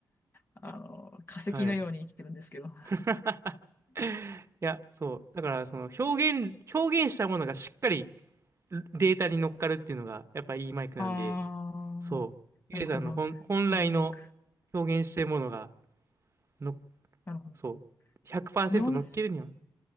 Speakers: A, on the left; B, on the right.
A: あの、化石のように生きてるんですけど。
B: はい。<laughs> いや、そう。だから、その表現、表現したものがしっかりデータに乗っかるっていうのが、やっぱいいマイクなんで、
A: ああ、
B: そう、ゆえさんの本、
A: なるほど。
B: 本来の
A: いいマイク。
B: 表現してるものが、の、
A: なるほど。
B: そう、100%
A: 4、
B: 乗っけるには、